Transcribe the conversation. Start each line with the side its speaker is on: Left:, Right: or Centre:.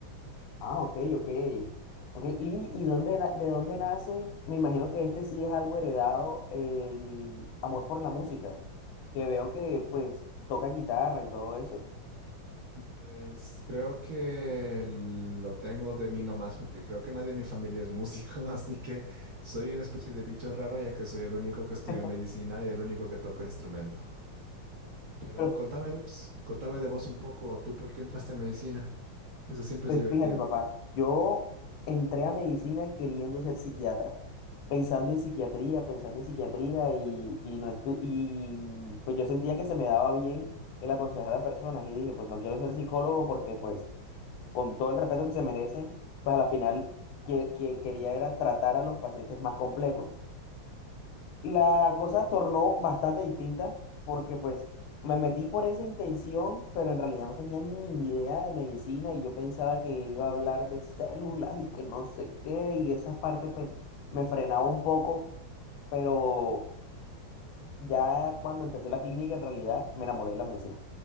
Left: Ah, ok, ok. Ok, ¿y, y dónde, na- de dónde nace? Me imagino que este sí es algo heredado, el amor por la música, que veo que pues toca guitarra y todo eso.
Right: Pues creo que lo tengo de mí nomás, porque creo que nadie en mi familia es músico, <laughs> así que soy una especie de bicho raro, ya que soy el único que estudió
Left: <laughs>
Right: medicina y el único que toca instrumento. Pero
Left: Pero
Right: contame, de vos, contame de vos un poco, ¿tú por qué entraste a medicina? Eso siempre
Left: Pues
Right: es divertido.
Left: fíjate, papá, yo entré a medicina queriendo ser psiquiatra, pensando en psiquiatría, pensando en psiquiatría y, y no estu- y pues yo sentía que se me daba bien el aconsejar a personas y dije, pues no quiero ser psicólogo porque pues con todo el respeto que se merecen, pues a la final que, que quería era tratar a los pacientes más complejos. La cosa tornó bastante distinta porque pues me metí por esa intención, pero en realidad no tenía ni idea de medicina y yo pensaba que iba a hablar de células y que no sé qué y esa parte pues me frenaba un poco, pero ya cuando empecé la clínica en realidad me enamoré de la medicina.